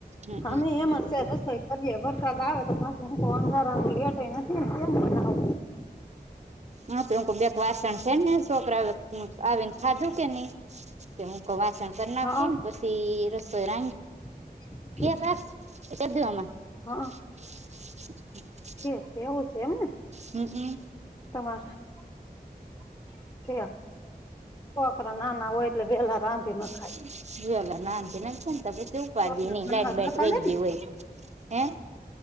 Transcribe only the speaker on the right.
હમમ
હા તો હું બેક વાસણ છે ને છોકરા હ આવીને ખાધું કે નઈ. કે હું ક વાસણ કરી નાખું
પછી રસોઈ રાંધી
કે ક કે દવામા <unintelligible>
<inaudible>
હમ હમ.
<unintelligible> <inaudible> નઈ લાઈટ
બાટ વય
ગય
હોય હે.